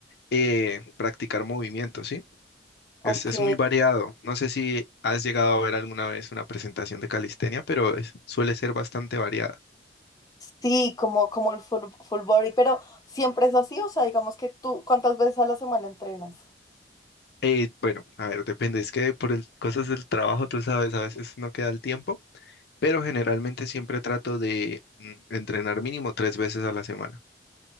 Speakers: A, on the left; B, on the left.
A: eh, practicar movimientos, ¿sí?
B: Ok,
A: Es, es muy variado. No sé si has llegado a ver alguna vez una presentación de calistenia, pero es- suele ser bastante variada.
B: sí, como, como el full, full body, pero ¿siempre es así? O sea, digamos que tú, ¿cuántas veces a la semana entrenas?
A: Eh, bueno, a ver, depende. Es que por el- cosas del trabajo, tú sabes, a veces no queda el tiempo. pero generalmente siempre trato de mm, entrenar mínimo tres veces a la semana.